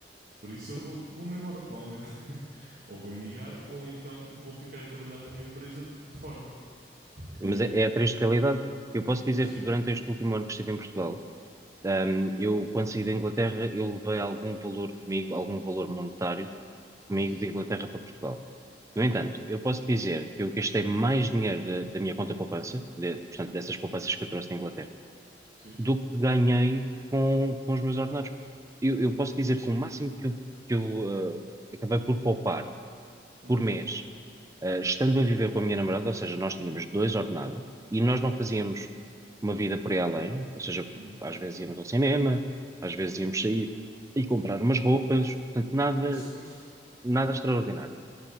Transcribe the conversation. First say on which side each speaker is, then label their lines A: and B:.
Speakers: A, on the right; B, on the right.
A: Por isso eu
B: sim.
A: vou, vou-me embora, provavelmente. Ou vou emigrar, ou então vou ficar a trabalhar para uma empresa de fora. Porque.
B: Mas é, é a triste realidade. Eu posso dizer
A: Sim,
B: que durante este último ano que estive em Portugal, ahm, eu, quando saí da Inglaterra, eu levei algum valor comigo, algum valor monetário comigo
A: sim, sim.
B: de Inglaterra para Portugal. No entanto,
A: Uhum,
B: eu posso dizer que eu gastei mais dinheiro da, da minha conta poupança, de- portanto, dessas poupanças que eu trouxe da Inglaterra
A: sim.
B: do que ganhei com, com os meus ordenados. Eu, eu posso dizer que o máximo que eu, que eu, eh, acabei por poupar
A: Uhum,
B: por mês, eh, estando a viver com a minha namorada, ou seja, nós tínhamos dois ordenados e nós não
A: uhum,
B: fazíamos uma vida por aí além, ou seja,
A: uhum.
B: às vezes íamos ao cinema, às vezes íamos sair e comprar
A: Claro.
B: umas roupas, portanto, nada,
A: Que é suposto.
B: nada extraordinário.